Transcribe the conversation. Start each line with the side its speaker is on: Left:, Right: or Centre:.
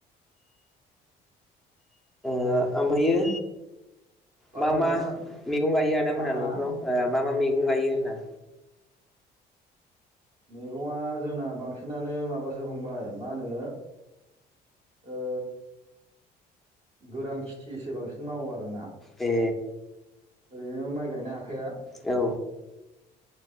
Centre: दा ओमफायो
Right: बारा
Centre: मा
Right: मोजां
Centre: मा
Right: खोना
Centre: मेगं गायो आदा मोना
Right: हा हा
Centre: न'फ्राव ओ मा मा मैगं गायो होनदां
Right: मैगङा जोंना बांसिनानो माबासो फंबाय मा होनो ओ गोरान खेथिसो बांसिन मावो आरो ना
Centre: ए
Right: ओरैनो माइ गायनो हाखाया।
Centre: औ।